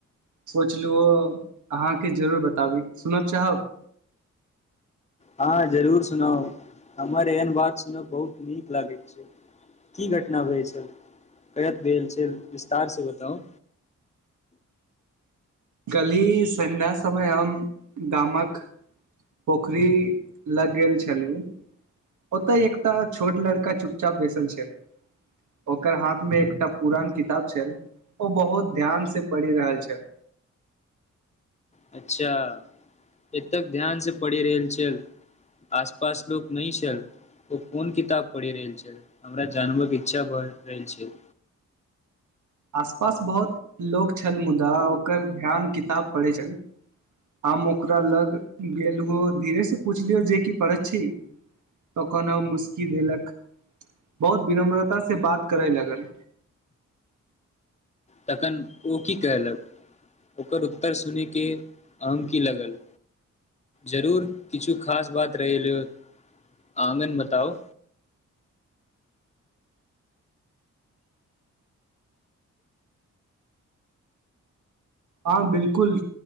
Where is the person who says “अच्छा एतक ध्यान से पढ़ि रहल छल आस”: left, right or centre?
Left